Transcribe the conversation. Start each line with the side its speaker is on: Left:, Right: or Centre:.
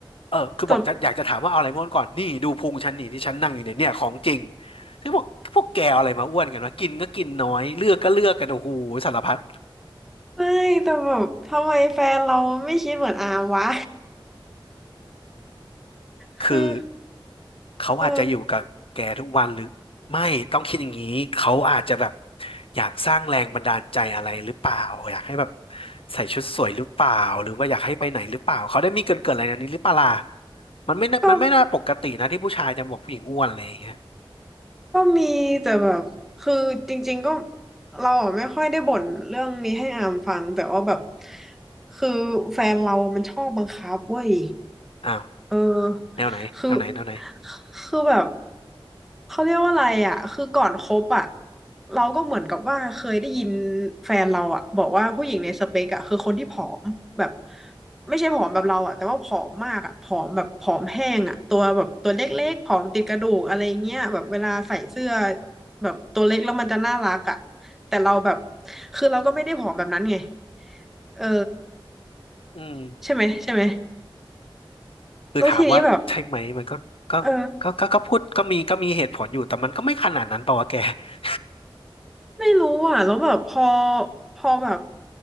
Left: เออคือบอกจะอยากจะถามว่าเอาอะไรมาอ้วนก่อน
Centre: แต่
Left: นี่ดูพุงฉันนี่ที่ฉันนั่งอยู่เนี่ยเนี่ยของจริงซึ่งบอกพวกแกเอาอะไรมาอ้วนกันวะกินก็กินน้อยเลือกก็เลือกกันโอ้โหสารพัด
Centre: ไม่แต่แบบทำไมแฟนเราไม่คิดเหมือนอามวะ <laughs>
Left: คือ
Centre: คือ
Left: เขาอาจจะอยู่กับแกทุกวันหรือไม่ต้องคิดอย่างนี้เขาอาจจะแบบ
Centre: เออ
Left: อยากสร้างแรงบันดาลใจอะไรหรือเปล่าอยากให้แบบใส่ชุดสวยหรือเปล่าหรือว่าอยากให้ไปไหนหรือเปล่าเขาได้มีเกินเกินอะไรในนี้หรือเปล่าล่ะมันไม่น่ามันไม่น่าปกตินะที่ผู้ชายจะบอกผู้หญิงอ้วนอะไรอย่างเงี้ย
Centre: ก็ก็มีแต่แบบคือจริงๆก็เราอะไม่ค่อยได้บ่นเรื่องนี้ให้อามฟังแต่ว่าแบบคือแฟนเรามันชอบบังคับเว้ย
Left: อ้าว
Centre: เออ
Left: แนวไหนแนวไหนแนวไหน
Centre: คือคือแบบเขาเรียกว่าอะไรอ่ะคือก่อนคบอ่ะเราก็เหมือนกับว่าเคยได้ยินแฟนเราอ่ะบอกว่าผู้หญิงในสเปกอ่ะคือคนที่ผอมแบบไม่ใช่ผอมแบบเราอ่ะแต่ว่าผอมมากอ่ะผอมแบบผอมแห้งอ่ะตัวแบบตัวเล็กๆผอมติดกระดูกอะไรเงี้ยแบบเวลาใส่เสื้อแบบตัวเล็กแล้วมันจะน่ารักอ่ะแต่เราแบบคือเราก็ไม่ได้ผอมแบบนั้นไงเออ
Left: อืม
Centre: ใช่ไหมใช่ไหม
Left: คือถามว่าใช่ไหมมันก็ก็ก็ก็ก็พูดก็มีก็มีเหตุผลอยู่แต่มันก็ไม่ขนาดนั้นเปล่าวะแกว้าว
Centre: แล้วทีนี้แบบเออ ไม่รู้อ่ะแล้วแบบพอพอแบบ